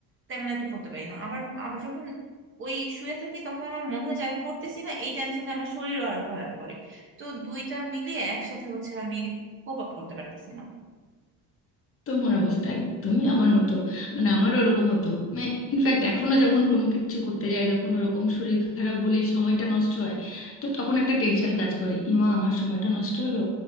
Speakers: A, on the right; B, on the left.
A: তেমন একটা পড়তে পারি না আবার আবার যখন ওই শুয়ে থাকি তখন আমার মনে হয় যে আমি পড়তেছি না এই টেনশনে আমার শরীরও আরো খারাপ করে তো দুইটা মিলিয়ে একসাথে হচ্ছে আমি কোপ আপ করতে পারতেছি না
B: তোমার অবস্থা একদমই আমার মতো মানে আমারও ওরকম হতো মানে ইনফ্যাক্ট এখনো যখন কোনো কিছু করতে যায় যখন ওরকম শরীর খারাপ বলে সময়টা নষ্ট হয় তো তখন একটা টেনশন কাজ করে ইমা আমার সময়টা নষ্ট হলো